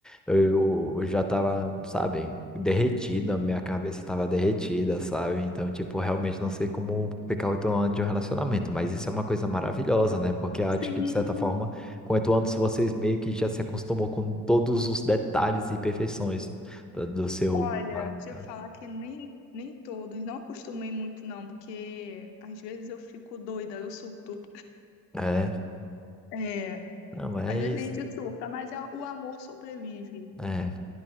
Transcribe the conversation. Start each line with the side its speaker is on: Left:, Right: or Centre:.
Centre: eu, eu já tava, sabe, derretida, minha cabeça tava derretida, sabe? Então, tipo, realmente não sei como ficar oito anos de um relacionamento, mas isso é uma coisa maravilhosa, né? Porque eu acho
Left: Sim,
Centre: que de certa forma, com oito anos vocês meio que já se acostumam com todos os detalhes e perfeições do do seu.
Left: Olha,
Centre: Ah,
Left: se
Centre: cara.
Left: eu falar que nem, nem todos, não acostumei muito não, porque às vezes eu fico doida, eu surto.
Centre: É,
Left: É,
Centre: não, mas.
Left: às vezes a gente surta, mas é- o amor sobrevive.
Centre: É.